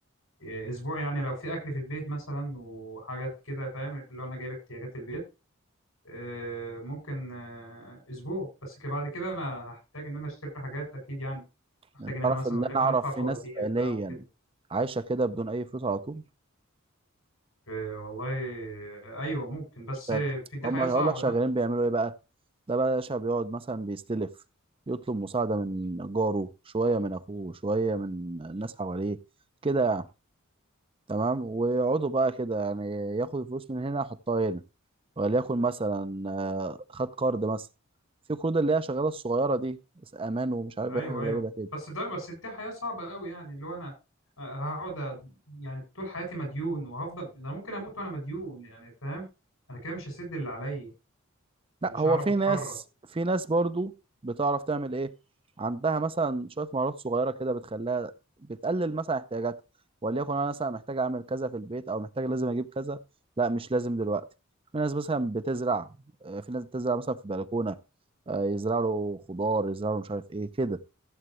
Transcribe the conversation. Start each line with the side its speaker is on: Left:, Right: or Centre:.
Left: آه، اسبوع يعني لو في اكل في البيت مثلا وحاجات كده فاهم اللي هو انا جايب احتياجات البيت آه، ممكن آه، اسبوع بس كده بعد كده انا هحتاج ان انا اشتري حاجات اكيد يعني محتاج
Right: يعني
Left: ان انا
Right: تعرف
Left: مثلا
Right: ان
Left: وليكن
Right: انا اعرف
Left: ادفع فواتير
Right: في ناس فعليا
Left: بقى وكده
Right: عايشه كده بدون اي فلوس على طول
Left: إيه والله ايوه ممكن بس
Right: شغ...
Left: في دي
Right: هم
Left: حياه
Right: هقول
Left: صعبه
Right: لك شغالين
Left: لا
Right: بيعملوا ايه بقى ده بقى يا باشا بيقعد مثلا بيستلف يطلب مساعدة من جاره شوية من أخوه شوية من الناس حواليه كده يعني تمام ويقعدوا بقى كده يعني ياخد الفلوس من هنا يحطها هنا وليكن مثلا آه، خد قرض مثلا في قروض اللي هي شغالة الصغيرة دي بس أمان ومش عارف
Left: ايوه
Right: يعمل
Left: ايوه
Right: غريبة كده
Left: بس ده بس دي حياه صعبه قوي يعني اللي هو انا آه، هقعد أ- يعني طول حياتي مديون وهفضل انا ممكن اموت وانا مديون يعني فاهم انا كده مش هسد اللي عليا مش
Right: لا هو
Left: هعرف
Right: في
Left: اتحرك
Right: ناس في ناس برضو بتعرف تعمل ايه عندها مثلا شويه مهارات صغيره كده بتخليها بتقلل مثلا احتياجاتها وليكن انا مثلا محتاج اعمل كذا في البيت او محتاج لازم اجيب كذا لا مش لازم دلوقتي في ناس مثلا بتزرع آه، في ناس بتزرع مثلا في بلكونه آه، يزرعوا خضار يزرعوا مش عارف ايه كده